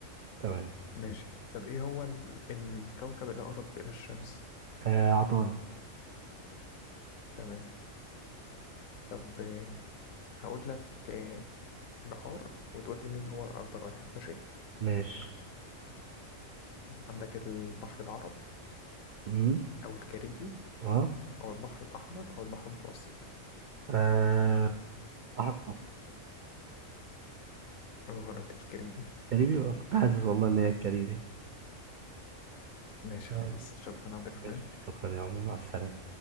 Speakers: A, on the right; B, on the left.
A: تمام
B: ماشي طب إيه هو ال... الكوكب الأقرب إلى الشمس
A: آه عطارد
B: تمام طب إيه، هقول لك إيه، بحار وتقول لي مين هو أكبر واحد ماشي
A: ماشي
B: عندك البحر العرب
A: امم
B: أو الكاريبي
A: اه
B: أو البحر الأحمر أو البحر المتوسط
A: آه، بحر متوسط
B: غلط الكاريبي
A: كاريبي كنت حاسس والله ان هي الكاريبي
B: ماشي
A: تمام.
B: خلاص شكرا عبد الرحمن
A: ماشي شكرا يا عمر مع السلامة